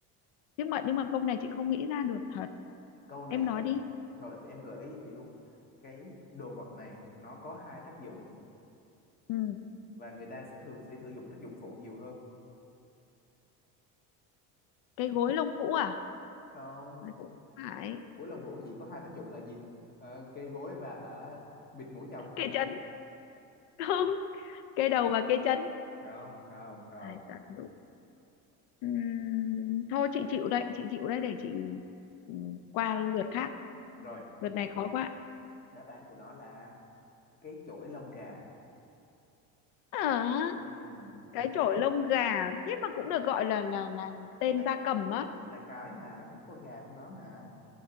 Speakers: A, on the left (about 75°); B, on the left (about 25°).
A: nhưng mà nhưng mà câu này chị không nghĩ ra được thật
B: câu này
A: em nói
B: à,
A: đi
B: rồi em gợi ý cho chị luôn cái đồ vật này nó có hai tác dụng
A: ừ.
B: và người ta sẽ thường sẽ sử dụng tác dụng phụ nhiều hơn
A: cái gối lông vũ à
B: không
A: Đấy, cũng không phải
B: cuối lông vũ chỉ có hai tác dụng là gì Ờ, kê gối và hả bịt mũi chồng hả
A: cái chân <laughs> không cái đầu và cái chân
B: không không không
A: hai tác dụng Ừm, thôi chị chịu đây chị chịu đây để chị ừm, qua lượt khác
B: rồi
A: lượt này khó quá
B: đáp án của nó là cái chổi lông gà
A: Ờ,
B: Ừm,
A: cái chổi lông gà thế mà cũng được gọi là là là tên
B: là
A: gia cầm á
B: là cái mà nó cũng có gà trong đó mà